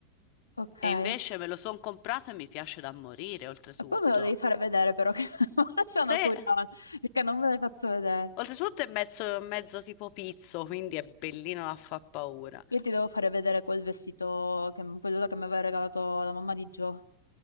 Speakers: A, on the left (about 80°); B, on the left (about 45°).
A: ok.
B: E
A: E
B: invece me lo sono comprato e mi piace da morire, oltretutto.
A: poi me lo devi fare vedere però, che <laughs> sono
B: Se,
A: curiosa, perché non me l'hai fatto vedere.
B: oltretutto è mezzo, mezzo tipo pizzo, quindi è bellino da fa paura.
A: Io ti devo fare vedere quel vestito, che, quello che mi aveva regalato la mamma di Gio.